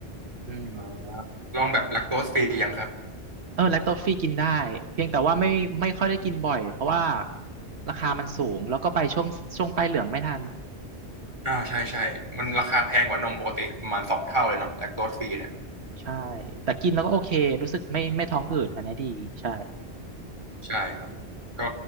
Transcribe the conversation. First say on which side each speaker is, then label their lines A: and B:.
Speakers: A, on the right; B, on the right.
A: อืม
B: อ๋อลองแบบแลคโตสฟรียังครับ
A: เออแลคโตฟรีกินได้เพียงแต่ว่าไม่ไม่ค่อยได้กินบ่อยเพราะว่าราคามันสูงแล้วก็ไปช่วงช่วงป้ายเหลืองไม่ทัน
B: อ่าใช่ใช่มันราคาแพงกว่านมปกติประมาณสองเท่าเลยเนาะแลคโตสฟรีเนี่ย
A: ใช่แต่กินแล้วก็โอเครู้สึกไม่ไม่ท้องอืดอันนี้ดีใช่
B: ใช่ครับก็